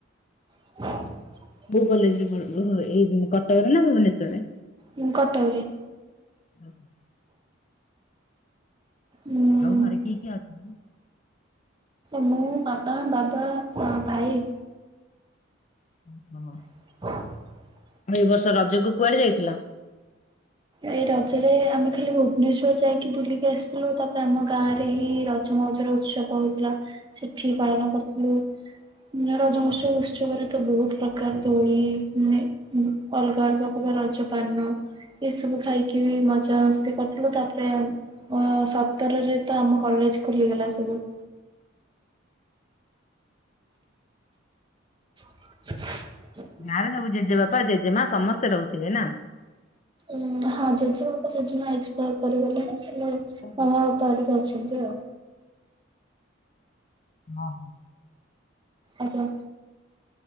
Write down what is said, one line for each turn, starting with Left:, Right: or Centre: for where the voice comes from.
Right: <unintelligible>
Left: ବୋ କଲେଜରେ ଏଇ କଟକରେ ନା ଭୁବନେଶ୍ଵରରେ
Right: ହଁ କଟକରେ
Left: <inaudible>
Right: ହୁଁ
Left: ଆଉ ଘରେ କିଏ କି ଆଛ
Right: ମୁଁ ବାପା ବାବା ଭାଇ
Left: <inaudible>
Right: <inaudible>
Left: ହଉ ଏ ବର୍ଷ ରଜ କ କୁଆଡେ ଯାଇଥିଲା
Right: ଏ ରଜରେ ଆମେ ଖାଲି ଭୁବନେଶ୍ଵର ଯାଇକି ବୁଲିକି ଆସିଥିଲୁ ତାପରେ ଆମ ଗାଁରେ ହିଁ ମଜର ଉତ୍ସବ ହଉଥିଲା ସେଠି ପାଳନ କରୁଥିଲୁ ନା ରଜହସ ଉତ୍ସବରେ ତ ବହୁତ ପ୍ରକାର ଦୋଳି ନେ ହୁଁ ଅଲଗା ଅଲଗା ପ୍ରକାର ରଜ ପାନ। ଏସବୁ ଖାଇକି ବି ମଜା ମସ୍ତି କରିଥିଲୁ ତାପରେ। ଓ ସତର ରେ ତ ଆମ କଲେଜ ଖୋଲିଗଲା ସବୁ‌। <unintelligible>
Left: ଗାଁ ରେ ସବୁ ଜେଜେ ବାପା ଜେଜେ ମା ସମସ୍ତେ ରହୁଥିବେ ନା।
Right: ଉଁ ହଁ ଜେଜେ ବାପା ଜେଜେ ମା ଏକ୍ସପାର କରି ଗଲେଣି ହେଲେ ମ
Left: ଓହୋ।
Right: ମୋ। ପଡିକି ଅଛନ୍ତି ଆଉ।
Left: ଅ ହଁ।
Right: ଆଜ୍ଞା।